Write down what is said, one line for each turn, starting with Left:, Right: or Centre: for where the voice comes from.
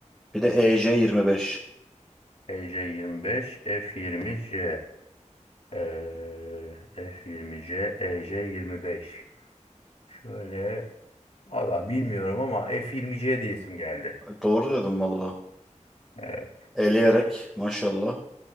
Centre: bir de EJ beş
Left: EJ25, F20C, eee, F20C, EJ25. Şöyle valla bilmiyorum ama F20C diyesim geldi.
Centre: Doğru dedim valla.
Left: Evet.
Centre: Eleyerek maşallah.